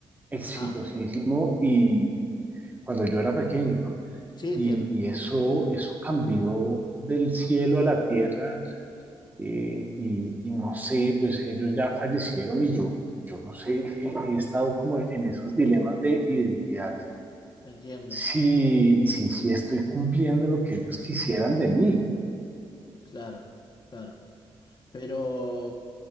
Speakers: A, on the right (about 15°); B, on the left (about 45°).
A: exitosísimo
B: Ajá,
A: y cuando yo era pequeño, ¿no?
B: sí entiendo,
A: Y, y eso, eso cambió del cielo a la tierra eh, y, y no sé, pues ellos ya fallecieron y yo, yo no sé, eh, he estado como en esos dilemas de identidad.
B: entiendo,
A: Si, si, si estoy cumpliendo lo que ellos quisieran de mí.
B: claro, claro. Pero,